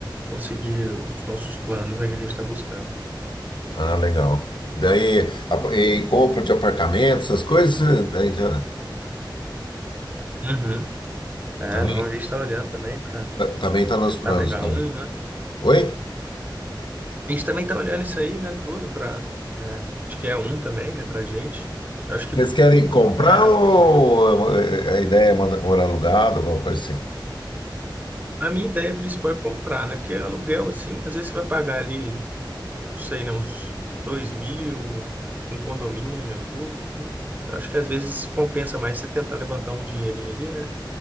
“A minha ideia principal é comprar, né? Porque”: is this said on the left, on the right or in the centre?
Right